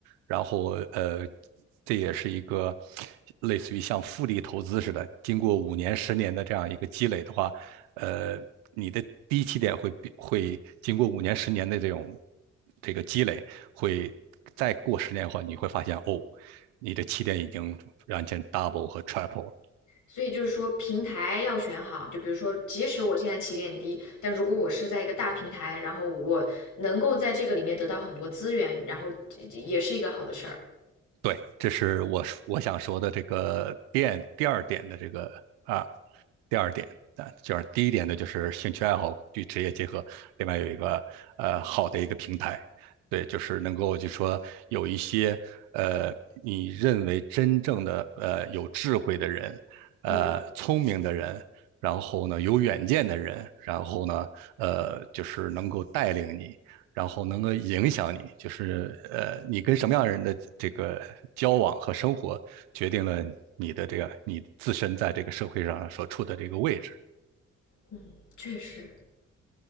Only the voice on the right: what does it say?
然后呃，这也是一个类似于像复利投资似的，经过五年、十年的这样一个积累的话，呃，你的低起点会会经过五年、十年的这种这个积累，会再过十年的话，你会发现哦，你的起点已经完全 double 和 triple 了。
对，这是我我想说的这个点第二点的这个啊，第二点啊，就是第一点呢，就是兴趣爱好与职业结合，另外有一个呃好的一个平台，对，就是能够就说有一些呃你认为真正的呃有智慧的人，呃聪明的人。
然后呢，有远见的人，然后呢，呃，就是能够带领你，然后能够影响你，就是呃，你跟什么样的人的这个交往和生活，决定了你的这个你自身在这个社会上所处的这个位置。